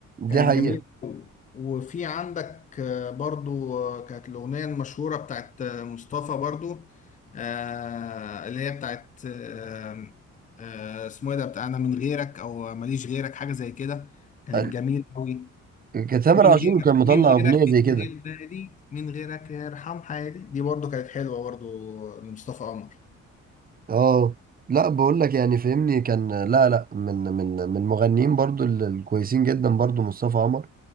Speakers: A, on the left; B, on the right.
A: كانت
B: دي حقيقة
A: جميل أوي. وفي عندك آه، برضو آه، كانت الأغنية المشهورة بتاعت آه، مصطفى برضو آه، اللي هي بتاعت آه، آه، اسمه ايه ده بتاع انا من غيرك او ماليش غيرك حاجة زي كده كانت
B: ال-
A: جميل قوي
B: كان تامر
A: من
B: عاشور
A: غيرك
B: كان مطلع
A: من غيرك
B: اغنية زي كده
A: مش غير نادي من غيرك يرحم حياتي دي برضو كانت حلوة برضو لمصطفى قمر
B: اه لا بقول لك يعني فهمني كان لا لا من من من مغنيين برضو ال- الكويسين جدا برضو مصطفى عمر